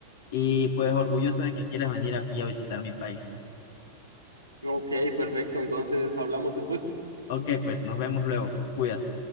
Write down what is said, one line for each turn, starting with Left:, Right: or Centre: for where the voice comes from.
Left: Y pues orgulloso de que quieras venir aquí a visitar mi país.
Right: Ok, perfecto. Entonces hablamos después.
Left: Ok, pues nos vemos luego. Te cuidas.